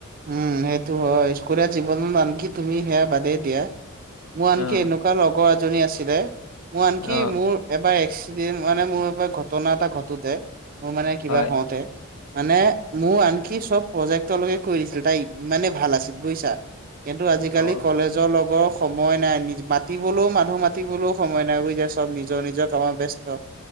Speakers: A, on the right; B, on the left.
A: উম সেইটো হয়। স্কুলীয়া জীৱনত আনকি তুমি সেয়া বাদেই দিয়া। মোৰ আনকি
B: অ',
A: এনেকুৱা লগৰ এজনী আছিলে। মোৰ আনকি
B: অ',
A: মোৰ এবাৰ এক্সি দেন মানে মোৰ ঘটনা এটা ঘটোতে মোৰ মানে কিবা
B: হয়
A: হওঁতে মানে মোৰ আনকি চব প্ৰজেক্টলৈকে কৰি দিছিল। তাই ইমানেই ভাল আছিল বুইছা। কিন্তু আজিকালি
B: অ',
A: কলেজৰ লগৰ সময় নাই নি মাতিবলৈও মানুহ মাতিবলৈও সময় নাই। <unintelligible> চব নিজৰ নিজৰ কামত ব্যস্ত।